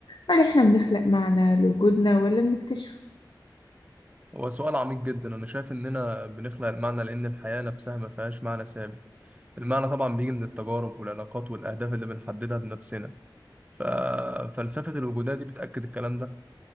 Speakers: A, on the left; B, on the right.
A: هل إحنا بنخلق معنى لوجودنا ولا بنكتشفه؟
B: هو سؤال عميق جدا أنا شايف إننا بنخلق المعنى لأن الحياة نفسها ما فيهاش معنى ثابت المعنى طبعا بيجي من التجارب والعلاقات والأهداف اللي بنحددها بنفسنا ففلسفة الوجودية دي بتأكد الكلام ده